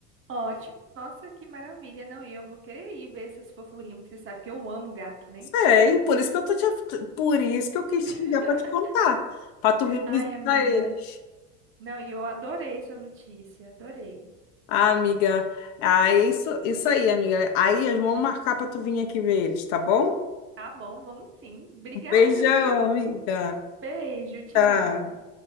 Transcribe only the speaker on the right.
Ótimo. Nossa, que maravilha. Não, e eu vou querer ir ver essas fofurinhas, porque você sabe que eu amo gato, né?
<laughs>
Ai,
amiga.
Não, e eu adorei sua notícia, adorei.
Tá bom, vamos sim. Obrigada,
viu?
Beijo, tchau.